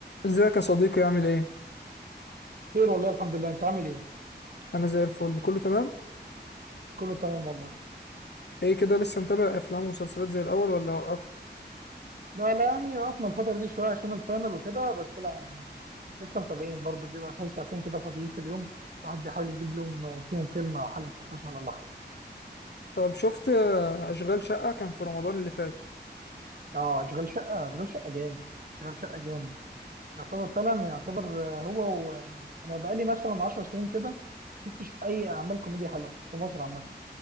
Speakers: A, on the left; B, on the right.
A: ازيك يا صديقي عامل ايه؟
B: خير والله الحمد لله انت عامل ايه
A: انا زي الفل كله تمام؟
B: كله تمام والله
A: ايه كده لسه متابع افلام ومسلسلات زي الاول ولا وقفت؟
B: لا لا يعني وقفنا الفترة دي شوية عشان الفاينل وكده بس لا لسه متابعين برضه بيبقى حوالي ساعتين كده فاضيين في اليوم الواحد بيحاول يجيب لهم فيهم فيلم او حلقة مسلسل ولا حاجة
A: طب شفت آه، اشغال شقة كان في رمضان اللي فات
B: اه اشغال شقة اشغال شقة جامد اشغال شقة جامد يعتبر فعلا يعتبر آه، هو يعني انا بقالي مثلا 10 سنين كده ما شفتش اي اعمال كوميديا حلوه في مصر عامة